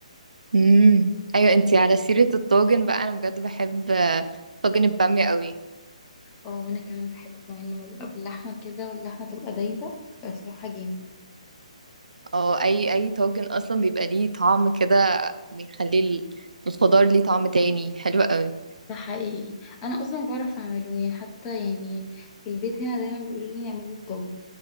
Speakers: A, on the right; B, on the left.
A: إمم، أيوه أنتِ على سيرة الطاجن بقى، أنا بجد باحب طاجن البامية أوي.
B: اه وانا كمان بحبه كمان لما بيبقى باللحمه كده واللحمه تبقى دايبه بيبقى صراحه جامد
A: آه، أي أي طاجن أصلًا بيبقى ليه طعم كده بيخلّي ال الخضار ليه طعم تاني، حلو أوي.
B: ده حقيقي انا اصلا بعرف اعمله يعني حتى يعني في البيت هنا دايما بيقولوا لي اعملي الطاجن